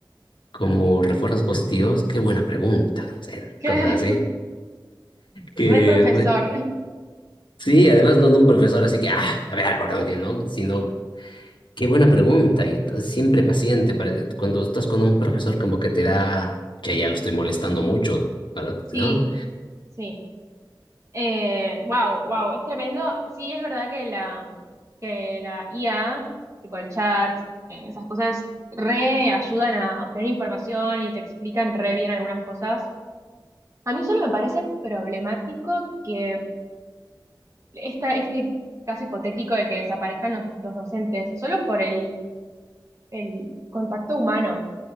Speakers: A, on the left; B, on the right.
A: como refuerzos positivos. Qué buena pregunta, no sé,
B: <laughs>
A: cosas así que
B: Re profesor.
A: Sí, además no de un profesor, así que, ah, a ver, ¿por qué no tiene, no? Sino, qué buena pregunta, y t- siempre paciente, para eh, cuando estás con un profesor como que te da, que ya lo estoy molestando mucho, pero,
B: Sí,
A: ¿no?
B: sí. Eh, wow, wow, es tremendo. Sí, es verdad que la, que la IA, tipo el chat, eh, esas cosas re ayudan a a obtener información y te explican re bien algunas cosas. A mí solo me parece problemático que esta, este caso hipotético de que desaparezcan los, los docentes, solo por el, el contacto humano,